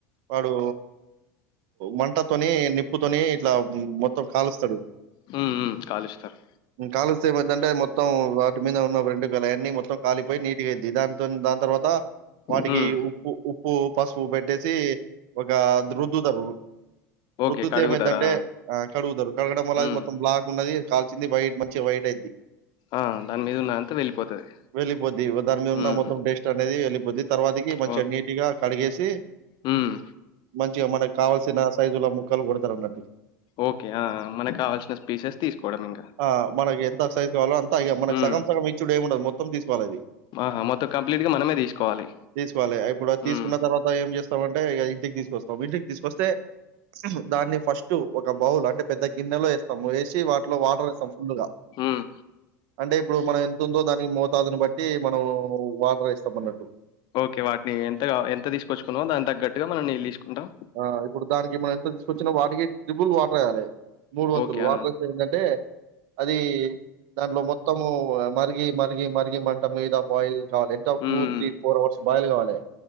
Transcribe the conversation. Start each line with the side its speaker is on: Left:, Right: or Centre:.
Right: వాడు వంటతోని నిప్పుతోని ఇట్లా మొత్తం కాలుస్తడు
Left: హ్మ్ హ్మ్ కాలుస్తారు
Right: ఉ కాలుస్ షర్బత్ అంటే మొత్తం వాటి మింద ఉన్న వెంట్రుకలన్నీ మొత్తం కాలిపోయి నీటిగాయిద్ది దాంతోన్ దాని తర్వా త వాటికి
Left: హ్మ్
Right: ఉప్పు ఉప్పు పసుపు పెట్టేసి ఒక దృ రుద్దరు
Left: ఓకే
Right: రుద్దుతే
Left: కడుగుతారా
Right: ఏమైందంటే కడుగుతారు కడగడం వల్లది
Left: హ్మ్
Right: మొత్తం బ్లాక్ ఉన్నది కాల్చింది వైట్ మంచి వైట్ అయిది
Left: ఆ దాని మీద ఉన్న అంతా వెళ్ళిపోతది
Right: వెళ్ళిపోద్ది దాని మీద
Left: హ్మ్
Right: ఉన్న మొత్తం టేస్ట్ అనేది ఎళ్ళి తర్వాతకి మంచిగా
Left: ఓ
Right: నీట్గా కడిగేసి
Left: హ్మ్
Right: మంచిగా మనకి కావాల్సిన సైజులో ముక్కలు కొడతర్ అన్నట్టు
Left: ఓకే ఆ ఆ! మనకు కావాల్సిన పీసెస్ తీసుకోవడం ఇంకా
Right: ఆ మనకి ఎంత సైజ్ కాలంలొ అంత ఇగ మనక్
Left: హ్మ్
Right: సగం సగం ఇచ్చుడే ఉండెముండదు మొత్తం తీ కోవలది
Left: ఆహా మొత్తం కంప్లీట్‌గా మనమే తీసుకోవాలి
Right: తీసుకోవాలి ఇప్పుడు
Left: హ్మ్
Right: తీసుకున్న తర్వాత ఏం చేస్త మొత్తం అంటే ఇంటికి తీసుకస్తం ఇంటికి తీసుకొస్తే దాన్ని ఫస్ట్ ఒక బౌల్ అంటే పెద్ద గిన్నెలో వేస్తాము వేసి వాటిలో వాటర్ వేస్తాం ఫుల్గా
Left: హ్మ్
Right: అంటే ఇప్పుడు మనం ఎంతు ఉందో దానికి మోతాజుని బట్టి మనం వాటర్ వేస్తాం అన్నట్టు
Left: ఓకే వాటిని ఎంత ఎంత తీసుకొచ్చుకున్నాో దాని తగ్గట్టుగా మనం నిీళు తీసుకుంటాం
Right: ఆ ఇప్పుడు దానికి మనం ఎంత తీసుకొచ్చినా వాటికి ట్రిపుుల్ వాటర్ వెయ్యాలి మూడు వంతులు
Left: ఓకే
Right: వాటర్
Left: ఆ
Right: వస్తే ఏంటంటే అది దాంట్లో మొత్తము మరిగి మరిగి మరిగి మంట మీదా బాయిల్ కావలే ఎంత
Left: హ్మ్
Right: టూ త్రీ ఫోర్ అవర్స్ బాయిలు కావాలి